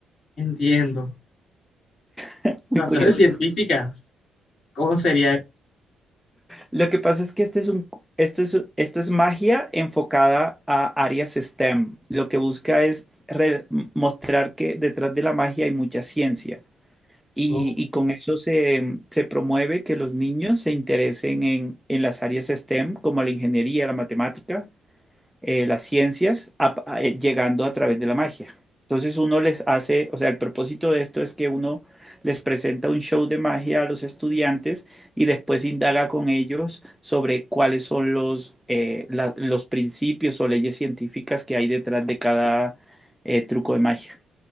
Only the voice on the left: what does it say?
Entiendo.
Razones
científicas. ¿Cómo sería
eso?